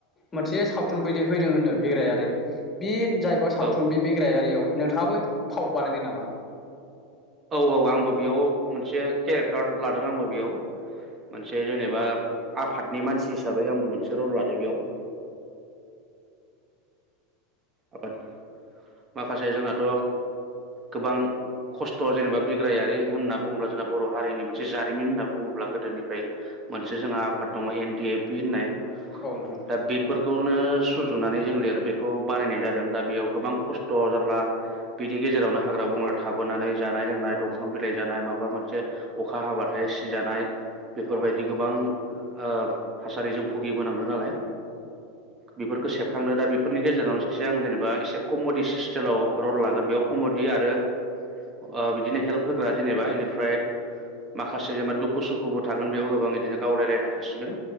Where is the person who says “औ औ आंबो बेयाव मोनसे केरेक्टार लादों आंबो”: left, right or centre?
Right